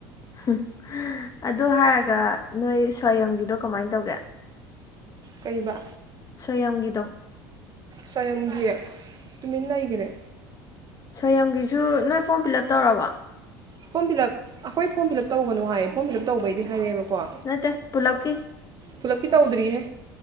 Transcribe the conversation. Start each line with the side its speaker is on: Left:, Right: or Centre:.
Left: <unintelligible> ꯑꯗꯨ ꯍꯥꯏꯔꯒ ꯅꯣꯏ ꯁ꯭ꯋꯥꯌꯝꯒꯤꯗꯣ ꯀꯃꯥꯏꯅ ꯇꯧꯒꯦ
Right: ꯀꯩꯕ
Left: ꯁꫭꯌꯝꯒꯤꯗꯣ
Right: ꯁꫭꯌꯝꯒꯤ ꯇꯨꯃꯤꯟ ꯂꯩꯒꯔꯦ
Left: ꯁꯣꯏꯌꯝꯒꯤꯁꯨ ꯅꯣꯏ ꯐꯣꯔꯝ ꯄꯤꯜꯂꯞ ꯇꯧꯔꯕ
Right: ꯐꯣꯝ ꯐꯤꯜꯂꯞ ꯑꯩꯈꯣꯏ ꯐꯣꯝ ꯐꯤꯜꯂꯞ ꯇꯧꯒꯅꯨ ꯍꯥꯏꯌꯦ ꯐꯣꯝ ꯐꯤꯜ ꯎꯞ ꯇꯧꯕꯩꯗꯤ ꯍꯥꯏꯔꯛꯑꯦꯕꯀꯣ
Left: ꯅꯠꯇꯦ ꯄꯨꯂꯞꯀꯤ
Right: ꯄꯨꯂꯞꯀꯤ ꯇꯧꯗ꯭ꯔꯤꯍꯦ